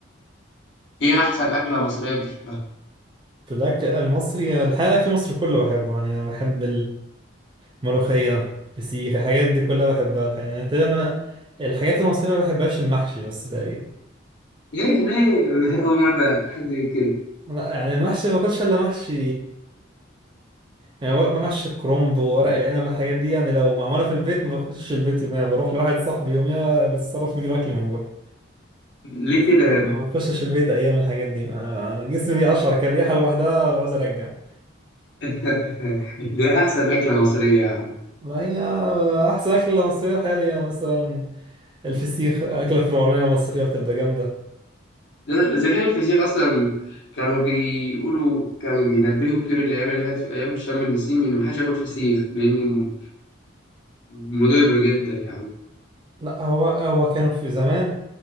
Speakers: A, on the left; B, on the right.
A: ايه احسن اكله مصريه بتحبها
B: في الاكل المصري الحقيقة الاكل المصري كله بحبه يعني انا بحب الملوخية الفسيخ الحاجات دي كلها بحبها الحقيقة يعني تقريباً انا الحاجات المصرية ما بحبهاش المحشي بس تقريبا
A: ليه ليه <laughs> اول مره حد يقول كده
B: لا، يعني المحشي ما باكلش الا محشي يعني ورق- محشي الكرنب وورق العنب الحاجات دي يعني لو معمولة في البيت ما بخشش البيت يوميها بروح لواحد صاحبي يوميها للصرف نجيب أكل من بره
A: ليه
B: بس
A: كده يعني
B: ما بخشش البيت أيام الحاجات دي ما- جسمي بيقشعر كده الريحة لوحدها بعوز أرجع
A: <laughs> دي احسن اكله مصريه
B: ما هي أحسن أكلة مصرية حاليا مثلا الفسيخ أكلة فرعونية مصرية بتبقى جامدة
A: لأن الذكاء الفشيخ أصلا كانوا بيقولوا كانوا بينبهوا كتير الأيام اللي فاتت في أيام شم النسيم إن محدش ياكل فسيخ لأن مضر جدا يعني
B: لا هو هو كانوا في زمان